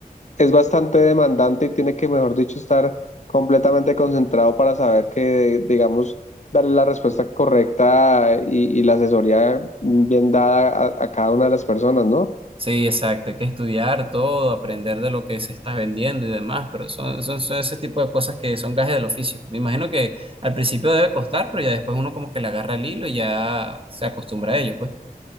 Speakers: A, on the left; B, on the right.
A: es bastante demandante y tiene que, mejor dicho, estar completamente concentrado para saber que, digamos, darle la respuesta correcta y, y la asesoría bien dada a, a, cada una de las personas, ¿no?
B: Sí, exacto, hay que estudiar todo, aprender de lo que se está vendiendo y demás, pero son, son, son ese tipo de cosas que son gajes del oficio. Me imagino que al principio debe costar, pero ya después uno como que le agarra el hilo y ya se acostumbra a ello, pues.